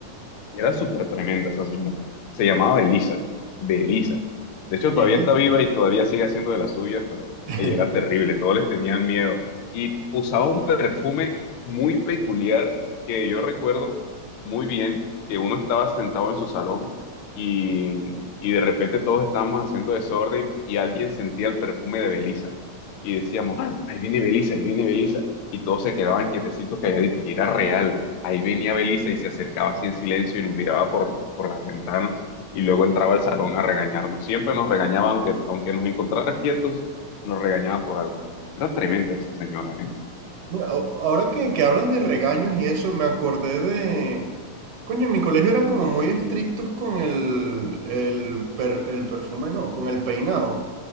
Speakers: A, on the left; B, on the right.
A: Era súper tremenda esa señora. Se llamaba Elisa, de Elisa. De hecho,
B: De
A: todavía
B: listo.
A: está viva y todavía sigue haciendo de las suyas, pero
B: <laughs>
A: ella era terrible, todos les tenían miedo. Y usaba un perfume muy peculiar que yo recuerdo muy bien, que uno estaba sentado en su salón y, y de repente todos estábamos haciendo desorden y alguien sentía el perfume de Belisa. Y decíamos, "Ah, ahí viene Belisa, ahí viene Belisa. Y todos se quedaban quietecitos, calladitos, y era real Ahí venía Belisa y se acercaba así en silencio y nos miraba por, por las ventanas y luego entraba al salón a regañarnos. Siempre nos regañaba, aunque, aunque nos encontrara quietos, nos regañaba por algo. Era tremenda esa señora, ¿eh?
B: Mira, a- ahora que, que hablas de regaños y eso, me acordé de... Coño, en mi colegio eran como muy estrictos con el, el, per- el perfume, no, con el peinado.